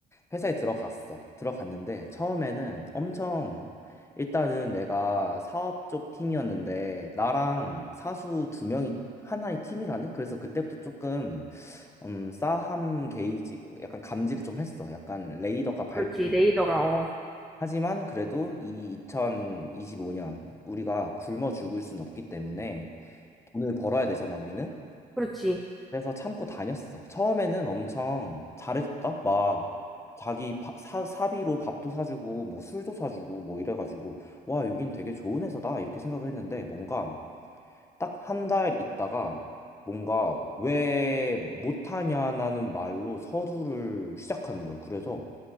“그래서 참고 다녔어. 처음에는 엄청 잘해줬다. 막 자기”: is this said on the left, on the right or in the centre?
Left